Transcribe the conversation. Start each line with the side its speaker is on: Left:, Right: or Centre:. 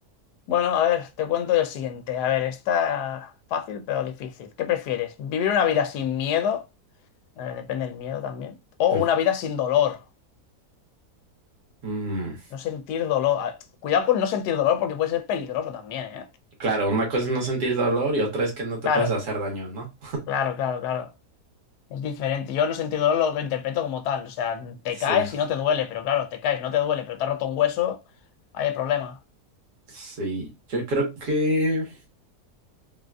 Left: Bueno, a ver, te cuento yo el siguiente. A ver, está fácil pero difícil. ¿Qué prefieres? ¿Vivir una vida sin miedo? Eh, depende del miedo también. O
Right: <laughs>
Left: una vida sin dolor.
Right: Mm,
Left: No sentir dolor. Ah, Cuidado con no sentir dolor porque puede ser peligroso también, ¿eh?
Right: Claro, una cosa es no sentir dolor y otra es que no te
Left: Claro,
Right: puedes hacer daño, ¿no?
Left: claro, claro, claro. Es diferente. Yo no sentir dolor lo, lo interpreto como tal. O sea, te
Right: <laughs>
Left: caes
Right: Sí.
Left: y no te duele, pero claro, te caes, no te duele, pero te has roto un hueso, hay problema.
Right: Sí, yo creo que